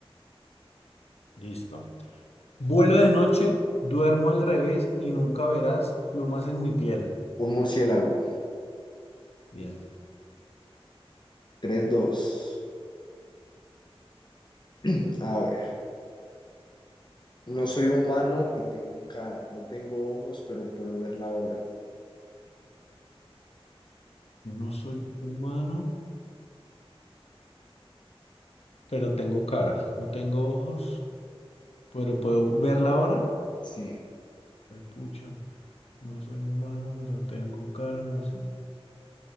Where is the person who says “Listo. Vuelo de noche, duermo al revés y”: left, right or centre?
Left